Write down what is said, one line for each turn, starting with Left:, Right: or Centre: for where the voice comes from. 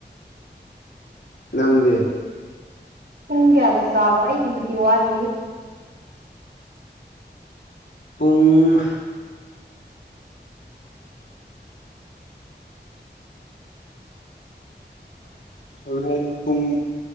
Left: ꯅꯪꯗꯤ
Right: ꯄꯨꯡ ꯀꯌꯥꯗ ꯆꯥꯕ ꯑꯩꯒꯤꯕꯨꯗꯤ ꯋꯥꯠꯂꯤ
Left: ꯄꯨꯡ ꯍꯣꯔꯦꯟ ꯄꯨꯡ